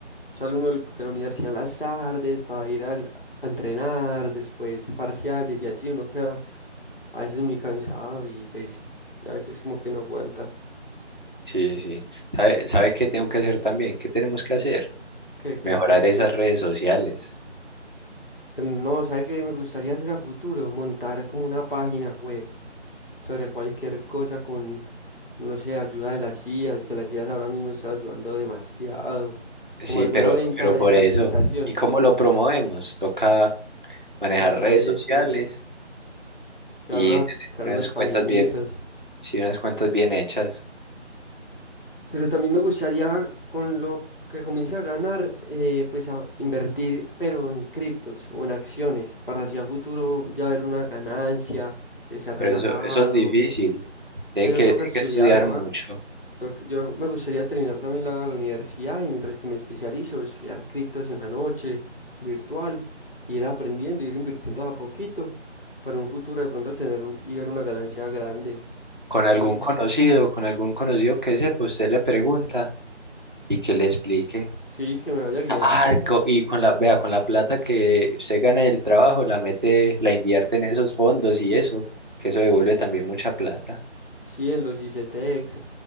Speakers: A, on the left; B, on the right.
A: sale uno del- de la universidad en las tardes para ir al- a entrenar, después parciales y así, uno queda a veces muy cansado y pues a veces como que no aguanta.
B: Sí, sí. ¿Sabe, sabe qué tengo que hacer también? ¿Qué tenemos que hacer?
A: ¿Qué, qué,
B: Mejorar
A: qué?
B: esas redes sociales.
A: No, ¿sabe qué me gustaría hacer a futuro? Montar como una página web sobre cualquier cosa con, no sé, ayuda de las IAs, que las IAs ahora mismo están ayudando demasiado,
B: Sí,
A: como alguna
B: pero,
A: venta
B: pero
A: de
B: por
A: facilitación
B: eso. ¿Y cómo lo promovemos? Toca manejar
A: por redes,
B: redes sociales
A: crear
B: y
A: una,
B: tener
A: crear
B: unas
A: unas
B: cuentas
A: paginitas.
B: bien, sí, unas cuentas bien hechas.
A: Pero también me gustaría, con lo que comience a ganar, eh, pues a invertir, pero en criptos o en acciones, para hacia futuro ya ver una ganancia, estar
B: Pero
A: relajado.
B: eso, eso es difícil.
A: O
B: Tiene
A: sea,
B: que,
A: toca
B: tiene
A: estudiar,
B: que estudiar
A: toca
B: mucho.
A: Toc- Yo me gustaría terminar también la, la universidad y mientras que me especializo, estudiar criptos en la noche, virtual, ir aprendiendo, ir invirtiendo a poquito para un futuro de pronto tener un- y ver una ganancia grande.
B: con algún
A: Pero sí,
B: conocido, con algún conocido que sepa, usted le pregunta y que le explique.
A: sí, que me vaya guiando
B: Ah,
A: y como prensa.
B: co- y con la, vea, con la plata que usted gana del trabajo, la mete, la invierte en esos fondos y eso, que eso devuelve también mucha plata.
A: Sí, en los ICTex.